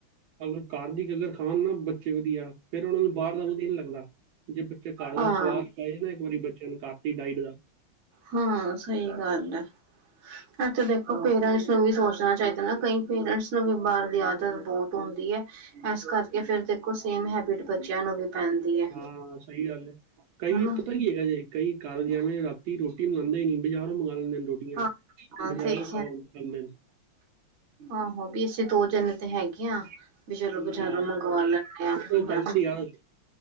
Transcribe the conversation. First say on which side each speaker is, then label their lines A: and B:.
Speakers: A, on the right; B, on the right.
A: ਅਗਰ ਘਰ ਦੀ ਕਗਰ ਖਣ ਨਾ ਬੱਚੇ ਵਧੀਆ ਫੇਿਰ ਉਹਨਾਂ ਨੂੰ ਬਾਹਰ ਦਾ ਵਧੀਆ ਨਹੀਂ ਲੱਗਦਾ ਜੇ ਬੱਚੇ ਘਰ
B: ਹਾਂ
A: ਦਾ ਸਵਾਦ ਪਏ ਨਾ ਇੱਕ ਵਾਰੀ ਬੱਚਿਆਂ ਨੂੰ ਘਰ ਦੀ ਡਾਇਟ ਦਾ
B: ਹਾਂ ਸਹੀ ਗੱਲ ਹੈ ਏਤੇ ਦੇਖੋ ਪੇਰੈਂਟਸ ਨੂੰ ਵੀ ਸੋਚਣਾ ਚਾਹੀਦਾ ਨਾ ਕਈ ਕਈ ਪੇਰੈਂਟਸ ਨੂੰ ਬਾਰ ਦੀ ਆਦਤ ਬਹੁਤ ਹਉਦੀ ਹੈ ਇਸ ਕਰਕੇ ਫੇਰ ਦੇਖੋ ਸੇਮ ਹੈਬਿਟ ਬੱਚਿਆਂ ਨੂੰ ਵੀ ਪੈਂਦੀ ਹੈ
A: ਹਾਂ ਸਹੀ ਗੱਲ ਹੈ ਕਈ
B: ਹਨਾ।
A: ਪਤਾ ਕੀ ਹੈ ਕਈ ਘਰ ਜਾਵੇਂ ਰਾਤੀ ਰੋਟੀ ਬੰਨਦੀ ਨੀ ਬਜ਼ਾਰੋ ਮੰਗਾਵਾ ਲੈਂਦੇ ਨੇ ਰੋਟੀ-
B: ਹਾਂ ਹਾਂ
A: ਬਜ਼ਾਰੋਂ
B: ਦੇਖਿਆ
A: ਖਾਓ ਖਦੇ ਨੇ
B: ਆਹੋ ਵੀ ਅਸੀਂ ਦੋ ਜੇਨ ਤੇ ਹੈਗੇ ਹ ਵੀ ਚਲੋ ਬਜ਼ਾਰੋਂ
A: ਹਾਂ,
B: ਮੰਗਵਾ ਲੈਦੇ ਆ
A: ਫੇਰ
B: ਬਸ
A: <unintelligible>